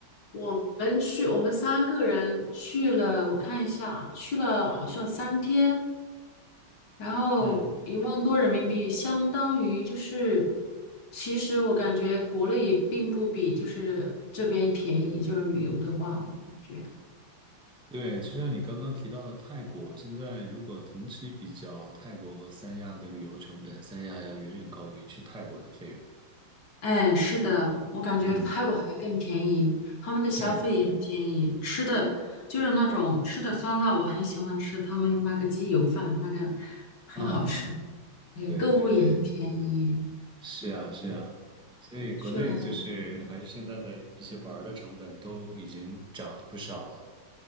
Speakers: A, on the left; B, in the centre.
A: 我们去，我们三个人去了，我看一下啊，去了好像三天。然后一万多人民币相当于就是，
B: <laughs> 嗯
A: 其实我感觉国内也并不比就是这边便宜，就是旅游的话，我感觉，
B: 对，就像你刚刚提到的泰国，现在如果同期比较，泰国和三亚的旅游成本，三亚要远远高于去泰国的费用。
A: 哎，是的，我感觉泰国还更便宜，
B: 嗯，
A: 他们的消费也很便宜，
B: 对，
A: 吃的就是那种吃的酸辣，我很喜欢吃他们那个鸡油饭，那个很好吃，
B: 啊，
A: 对，
B: 对对对，
A: 购物也很便宜，
B: 是啊是啊，所以国内就是还是现在的一些玩儿的成本都已经涨了不少了。
A: 去了，